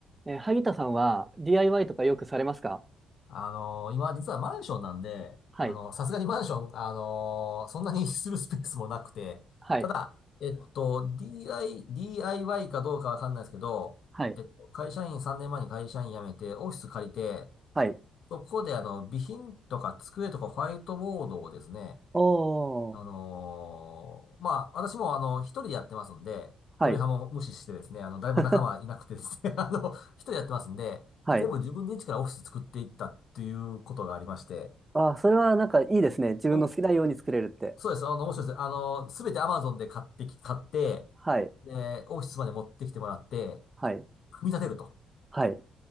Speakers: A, on the right (about 20°); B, on the left (about 65°).
A: えー萩田さんは DIY とかよくされますか
B: あのー今実はマンションなんで、
A: はい。
B: あの、さすがにマンション、あのーそんなにするスペースもなくて、
A: はい。
B: ただ、えっと、DI、DIY かどうかわかんないですけど、
A: はい。
B: えっと、会社員、3年前に会社員辞めて、オフィス借りて、
A: はい。
B: そこであの、備品とか机とかホワイトボードをですね、
A: おー。
B: あのーまあ、私もあの、一人でやってますんで、嫁はんも無視してですね、
A: はい。
B: あの、
A: <laughs>
B: 誰も仲間いなくてですね、<laughs> あの、一人でやってますんで、
A: はい。
B: 全部自分で一からオフィス作っていったっていうことがありまして、
A: あー、それはなんかいいですね。自分の好きなように作れるって。
B: お、そうです、あの、面白いです。あの、すべて Amazon で買ってき、買って、
A: はい。
B: で、オフィスまで持ってきてもらって、
A: はい。
B: 組み立てると。
A: はい。